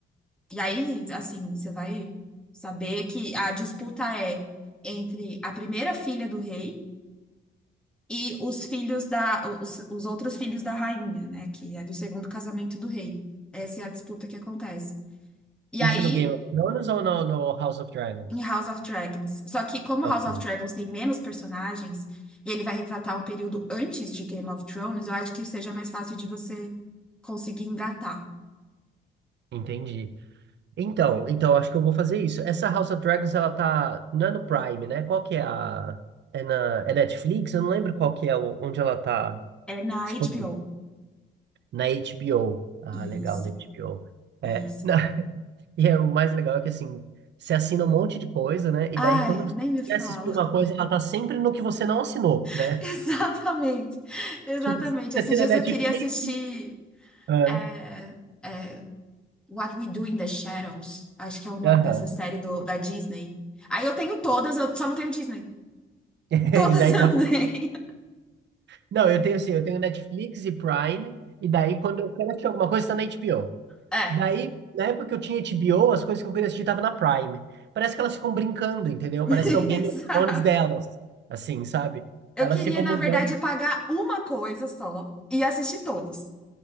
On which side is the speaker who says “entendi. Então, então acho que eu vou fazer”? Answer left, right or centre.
Right